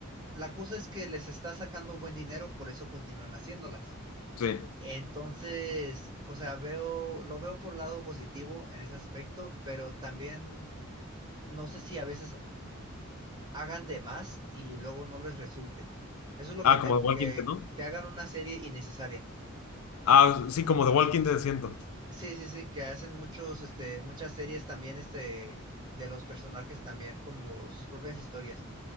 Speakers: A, on the right; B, on the left.
A: la cosa es que les está sacando buen dinero, por eso continúan haciéndolas.
B: Sí.
A: Entonces, o sea, veo, lo veo por lado positivo en ese aspecto, pero también no sé si a veces hagan de más y luego no les resulte. Eso es lo
B: Ah,
A: que temo,
B: como The Walking
A: que,
B: Dead, ¿no?
A: que hagan una serie innecesaria.
B: Ah, sí, como The Walking Dead siento.
A: Sí, sí, sí, que hacen muchos, este, muchas series también, este, de los personajes también, como sus propias historias.